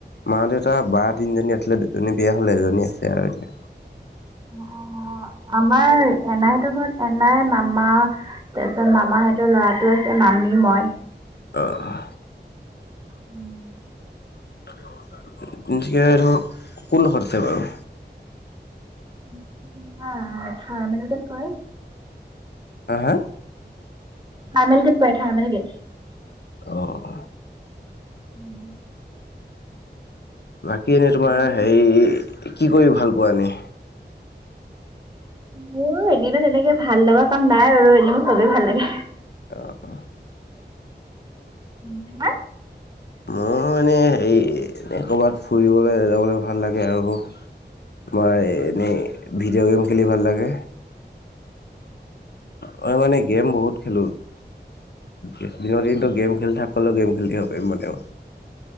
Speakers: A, on the left; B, on the right.
A: মা-দেউতা বা তিনিজনী আছিলে দুজনী বিয়া হ'ল এজনী আছে আৰু এতিয়া।
B: অহ, আমাৰ এনাহঁতৰ ঘৰত এনাই মামা তাৰপিছত মামা সেহঁতৰ ল'ৰাটো আছে মামী মই।
A: অহ।
B: উম।
A: <unintelligible> ধৰক কোন খৰছে বাৰু।
B: <unintelligible> তোমাৰ থাৰ্মেলগেট কয়।
A: হা, হা?
B: থাৰ্মেলগেট পায়, থাৰ্মেলগেট।
A: অহ।
B: উম।
A: বাকী এনেই তোমাৰ
B: মানে
A: হেৰি, কি কৰি ভাল পোৱা এনেই?
B: অহ, এনেইতো তেনেকে ভাল লগা কাম নাই আৰু এনেইও চবেই ভাল লাগে।
A: অহ।
B: উম, তোমাৰ?
A: মোৰ এনেই হেৰি ক'ৰবাত, ফুৰিবলৈ যাবলৈ ভাল লাগে আৰু। মই এনেই ভিডিঅ' গেম খেলি ভাল লাগে। মই মানে গেম বহুত খেলোঁ। দিনৰ দিনটো গেম খেলি থাকিলেও, গেম খেলিব পাৰিম মানে মই।